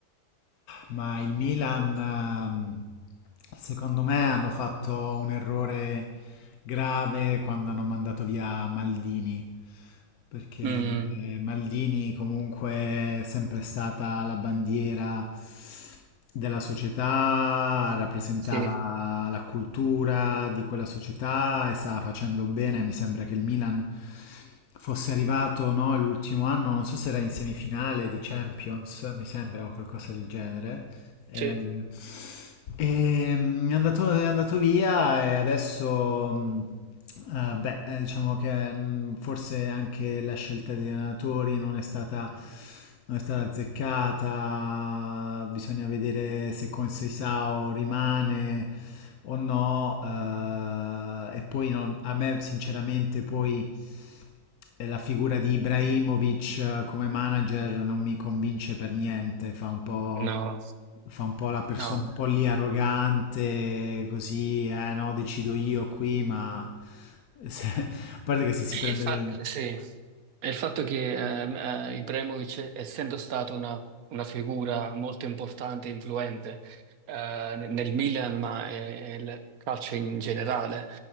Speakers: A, on the left (about 70°); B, on the right (about 65°).
A: ma il Milan, ehm, secondo me, hanno fatto un errore grave quando hanno mandato via Maldini, perché
B: Mm,
A: eh, Maldini comunque è sempre stata la bandiera della società, rappresentava
B: sì,
A: la cultura di quella società e stava facendo bene. Mi sembra che il Milan fosse arrivato, no, l'ultimo anno, non so se era in semifinale di Champions, mi sembra o qualcosa del genere. Ehm,
B: sì,
A: ehm, è andato, è andato via e adesso, mh, eh, beh, eh, diciamo che mh, forse anche la scelta degli allenatori non è stata, non è stata azzeccata, bisogna vedere se con Seisao rimane o no, eh, e poi non- a me sinceramente poi... E la figura di Ibrahimovic eh, come manager non mi convince per niente, fa un po',
B: no,
A: fa un po' la persona
B: no.
A: un po' lì arrogante, così, eh no, decido io qui, ma se- <laughs> a parte che se si
B: E-
A: prende...
B: Infatti,
A: le-
B: sì. E il fatto che ehm, eh, Ibrahimovic, essendo stato una, una figura molto importante e influente eh, nel nel Milan, ma eh, il calcio in generale,